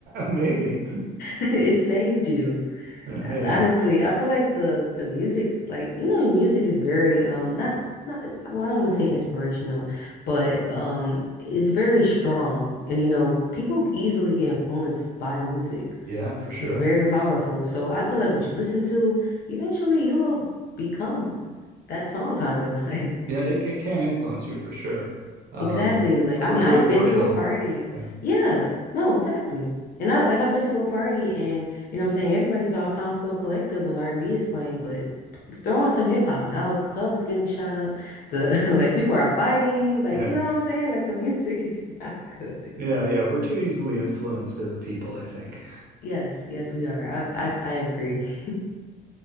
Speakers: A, on the right; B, on the left.
A: maybe,
B: It saved you.
A: yeah, maybe,
B: Honestly, I feel like the the music, like you know, music is very um not not well, I don't want to say inspirational, but um it's very strong, and you know, people easily get influenced by music.
A: yeah, for sure.
B: It's very powerful. So I feel like what you listen to, eventually you'll become that song kind of <laughs> like
A: Yeah, it it can influence you for sure. Um,
B: Exactly. Like,
A: for
B: I mean,
A: good
B: I've
A: or
B: been to
A: ill.
B: a party.
A: Yeah.
B: Yeah, no, exactly. And I like I've been to a party and you know what I'm saying everybody's all calm, cool, collective when R&B is playing, but throw on some hip hop. Now the club is getting shot up. The <laughs> like people are fighting. Like,
A: Yeah.
B: you know what I'm saying? Like the music <laughs> is not good.
A: Yeah, yeah, we're too easily influenced as a people, I think.
B: Yes, yes, we are. I I, I agree. <laughs>